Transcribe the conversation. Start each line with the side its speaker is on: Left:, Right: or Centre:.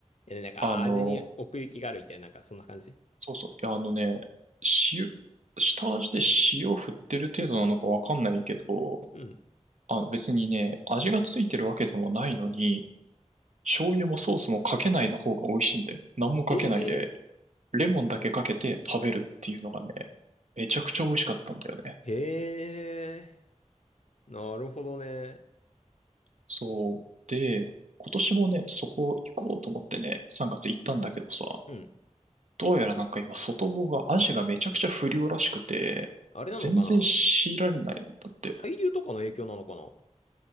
Left: え、なんか、
Right: あの、
Left: 味に奥行きがあるみたいな、なんか、そんな感じ。
Right: そうそう、いやあのね、塩、下味で塩振ってる程度なのかわかんないけど、
Left: うん。
Right: あ、別にね、味がついてるわけでもないのに、醤油もソースもかけないの方が美味しいんだよ。何もかけないで、
Left: へえ。
Right: レモンだけかけて食べるっていうのがね、めちゃくちゃ美味しかったんだよね。
Left: へえ。なるほどね。
Right: そう。で、今年もね、そこ行こうと思ってね、3月行ったんだけどさ、
Left: うん。
Right: どうやらなんか今、外房が、アジがめちゃくちゃ不良らしくて、
Left: あれなのかな
Right: 全然強られないんだって。
Left: 海流とかの影響なのかな